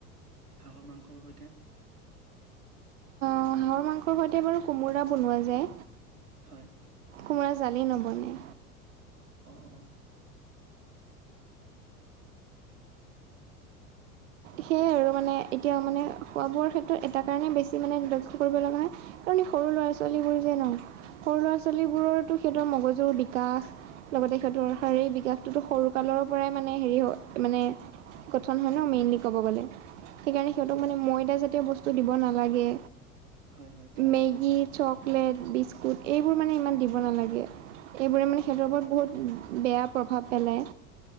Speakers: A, on the right; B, on the right.
A: হাঁহৰ মাংসৰ সৈতে
B: হাঁহৰ মাংস সৈতে বাৰু কোমোৰা বনোৱা যায়
A: হয়
B: কোমোৰা জালি নবনে
A: অ অ
B: সেয়াই আৰু মানে এতিয়া মানে খোৱা বোৱাৰ ক্ষেত্ৰত এটা কাৰণে বেছি মানে লক্ষ্য কৰিব লগা হয় কাৰণে সৰু ল'ৰা ছোৱালীবোৰ যে ন সৰু ল'ৰা ছোৱালীবোৰৰো সিহঁতৰ মগজুৰ বিকাশ লগতে সিহঁতৰ শাৰীক বিকাশটো সৰুকালৰ পৰাই মানে হেৰি হয় মানে গঠন হয় ন মেইনলি ক'ব গ'লে সেইকাৰণে
A: হয়
B: সিহঁতক
A: হয়
B: মানে মই দা জাতিয় বস্তু দিব নালাগে
A: হয় হয় ঠিকে
B: মেগী
A: কৈছা তুমি
B: চ লেট বিস্কুট এইবোৰ মানে ইমান দিব নালাগে এইবোৰে মানে
A: হয়
B: সিহঁৰ
A: হয়
B: ওপৰত বহুত বেয়া প্ৰভাৱ পেলায়